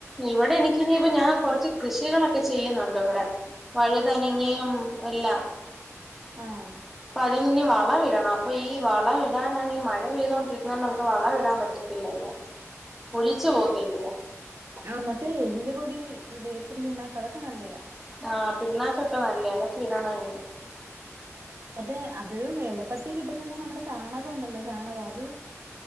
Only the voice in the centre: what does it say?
ഇവിടെ എനിക്കിനിയിപ്പ ഞാൻ കൊറച്ച് കൃഷികളൊക്കെ ചെയ്യുന്നൊണ്ടിവിടെ, വഴുതനങേയും അല്ല
അപ്പതിനിനി വളവിടണം അപ്പൊ ഈ വള വിടാനാണെങ്കി ഈ മഴ പെയ്തൊണ്ടിരിക്കുന്നതോണ്ട് നമുക്ക് വളം ഇടാൻ പറ്റത്തില്ലല്ലോ, ഒലിച്ചു പോവത്തില്ലേ.
ആ, പിണ്ണാക്കിട്ടാ നല്ലയാ അതൊക്കെ ഇടണം ഇനി.